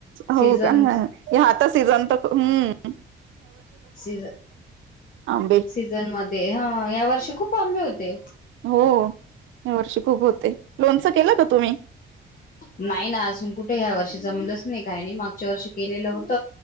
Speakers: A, on the right; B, on the left.
A: हो
B: सीझन
A: का आता सीझन तर हुं.
B: सीझ
A: आंबे
B: सीझन मध्ये ह या वर्षी खूप आंबे होते.
A: हो. या वर्षी खूप होते. लोणचं केला का तुम्ही?
B: नाही ना. अजून कुठे ह्या वर्षीचा जमलंच नाही काय नाही. मागच्या वर्षी केलेलं होत.